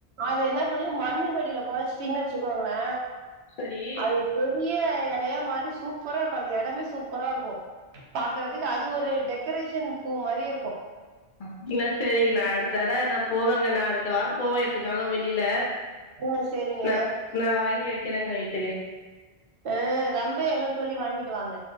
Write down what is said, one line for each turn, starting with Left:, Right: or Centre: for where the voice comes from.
Right: அது என்ன பண்ணுங்க மண்ணு கடியில போதச்சிட்டீங்கன்னு வச்சுக்காங்களே
Left: சரி
Right: அது பெரிய எலையா மாரி சூப்பரா இருக்கு அந்த எடமே சூப்பரா இருக்கு பாக்குறதுக்கு அது ஒரு டெக்கரேஷன் பூ மாரி இருக்கு
Left: அப்டினா சரிங்க நா அடுத்தட நா போவேங்க நா அடுத்த வாரம் போவே எப்ப இருந்தாலு வெளியில
Right: உ செரிங்க
Left: நா நா வாங்கி வெக்கிறங்க வீட்டுக்கு
Right: அ ரம்ப எலனு சொல்லி வாங்கிட்டு வாங்க